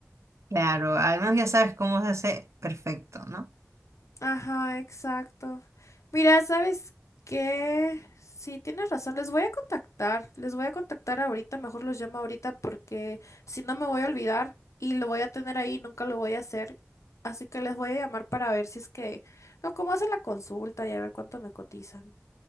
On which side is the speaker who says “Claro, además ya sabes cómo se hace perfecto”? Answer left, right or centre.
Right